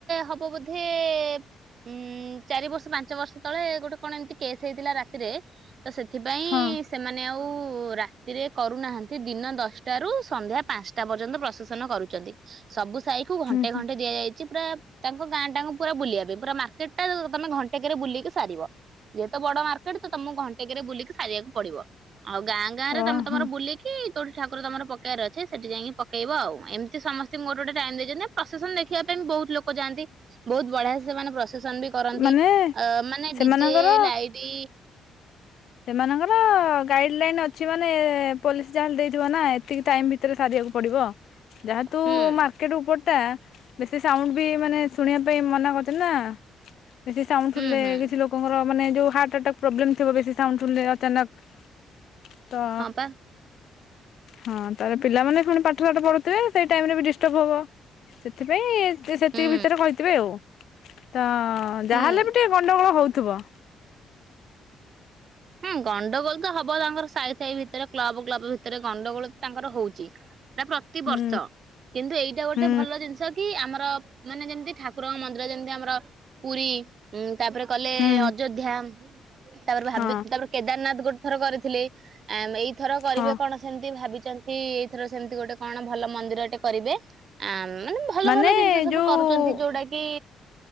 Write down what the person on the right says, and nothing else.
ହବ ବୋଧେ ଉଁ। ଚାରି ବର୍ଷ ପାଞ୍ଚ ବର୍ଷ ତଳେ ଗୋଟେ କଣ ଏମିତି କେସ୍ ହେଇଥିଲା ରାତିରେ ତ ସେଥିପାଇଁ।
ସେମାନେ ଆଉ ରାତିରେ କରୁନାହାନ୍ତି ଦିନ ଦଶଟାରୁ ସନ୍ଧ୍ୟା ପାଞ୍ଚ ଟା ପର୍ଯ୍ୟନ୍ତ ପ୍ରଶେସନ କରୁଛନ୍ତି ସବୁ ସାହିକୁ ଘଣ୍ଟେ
ଘଣ୍ଟେ ଦିଆଯାଇଛି ପୁରା। ତାଙ୍କ ଗାଁଟାଙ୍କୁ ପୁରା ବୁଲିବା ପାଇଁ ପୁରା ମାର୍କେଟଟା ତମେ ଘଣ୍ଟେକରେ ବୁଲିକି ସାରିବ। ଯେହେତୁ ବଡ ମାର୍କେଟ ତମକୁ ଘଣ୍ଟେକରେ ବୁଲିକି ସାରିବାକୁ ପଡିବ ଆଉ ଗାଁ ଗାଁରେ
ତମେ ତମର ବୁଲିକି କି ଯୋଉଠି ଠାକୁର ତମର ପକେଇବାର ଅଛି ସେଠି ଯାଇକି ପକେଇବ ଆଉ ଏମିତି ସମସ୍ତଙ୍କୁ ଗୋଟେ ଗୋଟେ ଟାଇମ ଦେଇଛନ୍ତି। ପ୍ରଶେସନ ଦେଖିବା ପାଇଁ ବହୁତ ଲୋକ ଯାଆନ୍ତି ବହୁତ ବଢିଆ ସେ ସେମାନେ ପ୍ରସେସନ ବି କରନ୍ତି
ମାନେ
ଡିଜେ ଲାଇଟ
ହୁଁ
ହୁଁ ହୁଁ
ହଁ ପା
ହୁଁ
ହୁଁ
ହଁ ଗଣ୍ଡଗୋଳ ତ ହବ ତାଙ୍କର ସାଇ ସାଇ ଭିତରେ କ୍ଲବ କ୍ଲବ ଭିତରେ ଗଣ୍ଡଗୋଳ ତାଙ୍କର ହଉଛି। ସେଟା ପ୍ରତିବର୍ଷ
କିନ୍ତୁ ଏଇଟା ଗୋଟେ
ଭଲ ଜିନିଷ କି ଆମର ମାନେ ଯେମିତି ଠାକୁରଙ୍କ ମନ୍ଦିର ଯେମିତି ଆମର ପୁରୀ। ହୁଁ ତାପରେ କଲେ
ଅଯୋଧ୍ୟା ତାପରେ ଭାବି
ର କେଦାରନାଥ ଗୋଟେ ଥର କରିଥିଲେ ଆ ଏଇଥର କରିବେ
କଣ? ସେମତି ଭାବିଛନ୍ତି ଏଇଥର ସେମିତି ଗୋଟେ କଣ ଭଲ ମନ୍ଦିରଟେ କରିବେ ଆ ମାନେ ଭଲ
ଭଲ ଜିନିଷ ସବୁ
କରୁଛନ୍ତି ଯୋଉଟା କି?